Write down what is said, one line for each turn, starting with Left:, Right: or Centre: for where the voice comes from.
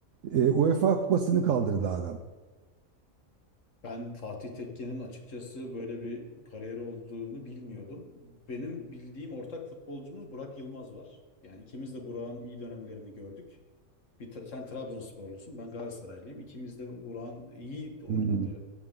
Right: e, UEFA kupasını kaldırdı adam.
Left: ben Fatih Tekke'nin açıkçası böyle bir kariyeri olduğunu bilmiyordum. Benim bildiğim ortak futbolcumuz Burak Yılmaz var. Yani ikimiz de Burak'ın iyi dönemlerini gördük. Bir tra- sen Trabzonsporlusun, ben Galatasaraylıyım. İkimiz de Burak'ın iyi oynadığı
Right: Hmm.